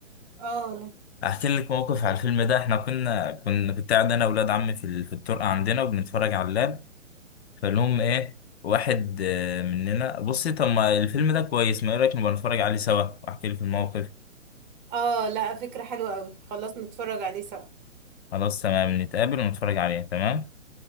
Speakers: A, on the right; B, on the left.
A: اه لا
B: احكي لك موقف على الفيلم ده احنا كنا كنا كنت قاعد انا واولاد عمي في ال- في الطرقه عندنا وبنتفرج على اللاب فلهم ايه واحد آه، مننا بصي طب ما الفيلم ده كويس ما ايه رايك نبقى نتفرج عليه سوا واحكي لك الموقف
A: اه لا فكرة حلوة قوي خلاص نتفرج عليه سوا
B: خلاص تمام نتقابل ونتفرج عليه تمام